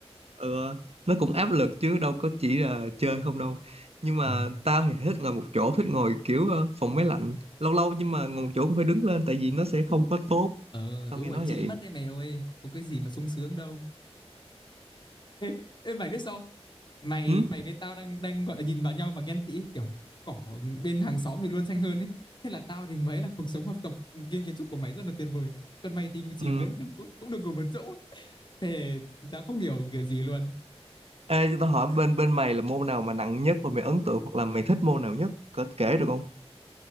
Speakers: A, on the right (about 65°); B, on the left (about 45°).
A: ừ, nó cũng áp lực chứ đâu có chỉ là chơi không đâu nhưng mà
B: ờ
A: tao thì thích ngồi một chỗ thích ngồi kiểu ờ, phòng máy lạnh lâu lâu nhưng mà ngồi một chỗ cũng phải đứng lên tại vì nó sẽ không có tốt
B: ờ
A: tao
B: đúng
A: nghe
B: rồi
A: nói
B: chỉ
A: vậy
B: mất đấy mày ơi có cái gì mà sung sướng đâu Ê, ê mày biết sao? không? Mày
A: ừ?
B: mày với tao đang đang gọi là nhìn vào nhau và ghen tị kiểu cỏ bên hàng xóm thì luôn xanh hơn ấy. Thế là tao thì mới là cuộc sống học tập kiên kiến trúc của mày rất là tuyệt vời. Còn mày thì chỉ
A: Ừ.
B: muốn là cũng, cũng được ngồi một chỗ. Thế tao không hiểu kiểu gì luôn.
A: Ê, cho tao hỏi bên bên mày là môn nào mà nặng nhất và mày ấn tượng hoặc là mày thích môn nào nhất có kể được không